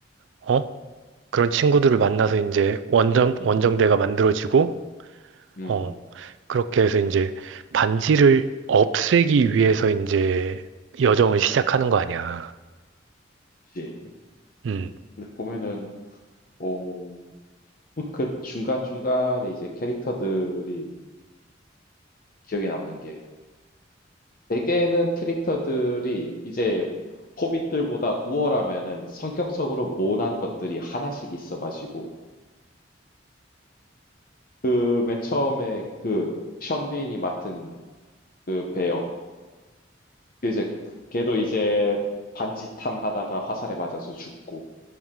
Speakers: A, on the right; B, on the left.
A: 어 그런 친구들을
B: 그치.
A: 만나서 이제 원정
B: 음.
A: 원정대가 만들어지고,
B: 음.
A: 어 그렇게 해서 이제 반지를 없애기 위해서 이제 여정을 시작하는
B: 음.
A: 거 아니야.
B: 그치.
A: 음.
B: 근데 보면은 어 그 중간중간에 이제 캐릭터들이 기억에 남는 게 대개는 캐릭터들이 이제 호빗들보다 우월하면은 성격적으로 모난 것들이 하나씩 있어가지고 그 맨 처음에 그 션빈이 맡은 그 배역 이제 그 걔도 이제 반지탐 하다가 화살에 맞아서 죽고